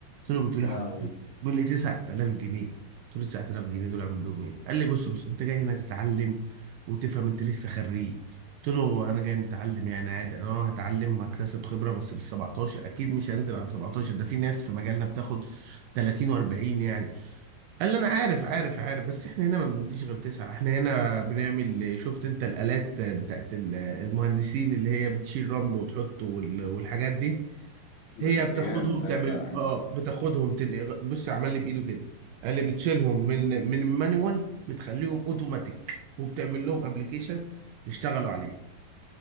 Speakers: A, on the right; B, on the left.
A: له بتقولي
B: يا لهوي
A: حضرتك بيقول لي 9000 جنيه قلت له 9000 جنيه دول اعمل بيهم ايه قال لي بص بص انت جاي هنا تتعلم وتفهم انت لسه خريج قلت له انا جاي متعلم يعني عادي انا اه هتعلم هكتسب خبره بس بال 17 اكيد مش هنزل على 17 ده في ناس في مجالنا بتاخد 30 و40 يعني قال لي انا عارف عارف عارف بس احنا هنا ما بنديش غير تسعه احنا هنا بنعمل شفت انت الالات بتاعت ال- المهندسين اللي هي بتشيل رمل وتحطه وال- والحاجات دي هي
B: ده انت
A: بتاخدهم
B: جامد بقى
A: تعمل
B: يا جدع
A: اه بتاخدهم تنقل بص عمل لي بايده كده قال لي بتشيلهم من من المانيوال بتخليهم اوتوماتيك وبتعمل لهم ابلكيشن يشتغلوا عليه